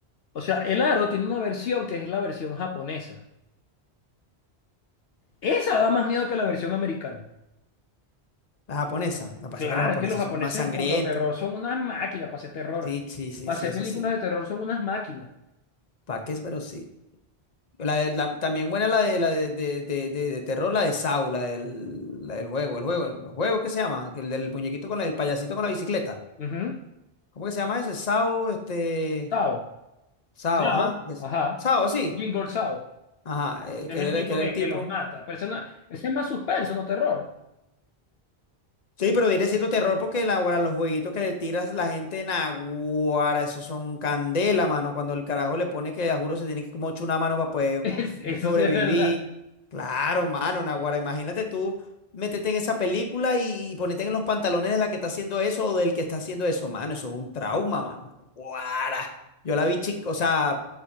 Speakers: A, on the left; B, on the left.
A: O sea, El Aro tiene una versión que es la versión japonesa. Esa da más miedo que la versión americana.
B: La japonesa, me parece
A: Claro,
B: que los japoneses
A: es que los japoneses
B: son más sangrientos.
A: en cuanto a terror son unas máquinas para hacer terror.
B: Sí, sí, sí,
A: Para
B: sí,
A: hacer
B: eso
A: películas
B: sí.
A: de terror son unas máquinas.
B: ¿Para qué? Pero sí. La de- la- también buena la de la de, de, de, de- de terror, la de Saw, la del, la del juego, el juego, el juego, ¿qué se llama? El del muñequito con la, el payasito con la bicicleta.
A: Ujú.
B: ¿Cómo que se llama ese? Saw, este,
A: Sao.
B: Saw,
A: Sao.
B: ajá. que es-
A: Ajá.
B: Saw, sí.
A: Jingle Sao.
B: Ajá, eh,
A: Es
B: que
A: el
B: era,
A: tipo
B: que era
A: que,
B: el tipo.
A: que los mata. Pero eso no- ese es más suspenso, no terror.
B: Sí, pero viene siendo terror porque naguará, los jueguitos que le tiras la gente naguará, esos son candela, mano. Cuando el carajo le pone que, a juro, se tiene que como echar una mano para poder
A: <laughs> Es-
B: vi-
A: eso
B: sobrevivir.
A: sí es verdad.
B: Claro, mano, naguará. Imagínate tú meterte en esa película y, y ponerte en los pantalones de la que está haciendo eso o del que está haciendo eso, mano. Eso es un trauma, mano. Naguará. Yo la vi chica, o sea